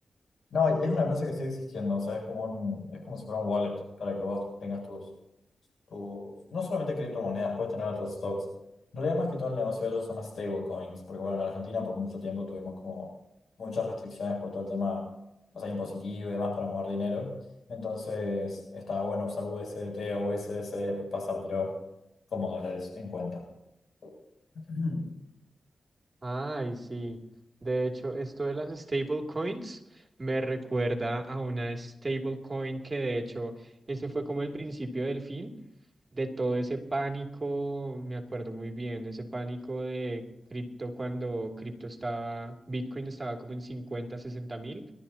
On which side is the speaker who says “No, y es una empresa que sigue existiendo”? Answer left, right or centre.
Left